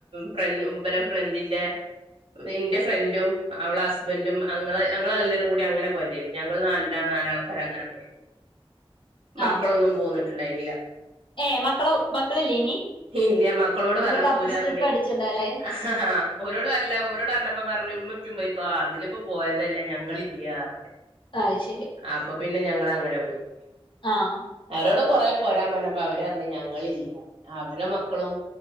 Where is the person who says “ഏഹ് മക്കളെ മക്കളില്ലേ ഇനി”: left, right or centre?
Left